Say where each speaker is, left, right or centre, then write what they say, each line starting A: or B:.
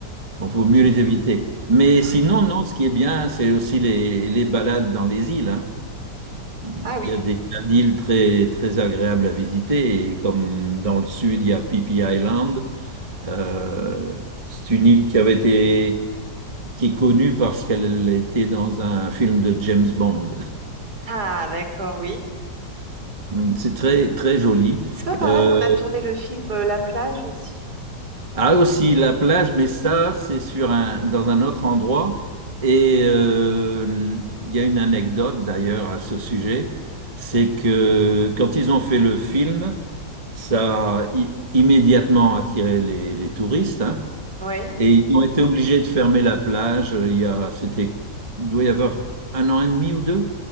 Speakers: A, on the right; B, on the right.
A: Bon, faut
B: Ok.
A: mieux les éviter. Mais
B: Ouais.
A: sinon, non, ce qui est bien, c'est aussi les, les balades dans les îles, hein. Il
B: Ah oui.
A: y a des tas d'îles très, très agréables à visiter. Et comme dans le sud, il y a Phi Island. Euh, c'est une île qui avait été, qui est connue parce qu'elle était dans un film de James Bond.
B: Ah, d'accord, oui.
A: <laughs> C'est très, très joli.
B: C'est pas par
A: Euh,
B: là qu'on a tourné le film euh, La plage aussi?
A: Ah aussi la plage, mais ça c'est sur un dans un autre endroit et euh, il y a une anecdote d'ailleurs à ce sujet, c'est que quand ils ont fait le film, ça a i- immédiatement attiré les, les touristes hein,
B: Oui.
A: et ils ont été obligés de fermer la plage. euh, Il y a c'était il doit y avoir un an et demi ou deux.